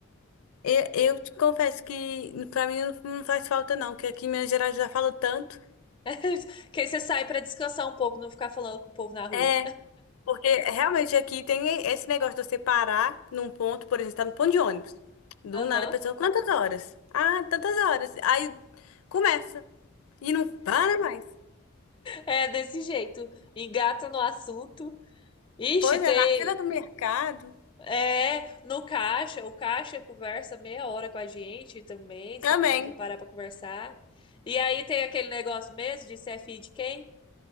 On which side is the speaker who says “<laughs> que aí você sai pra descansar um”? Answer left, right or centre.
Left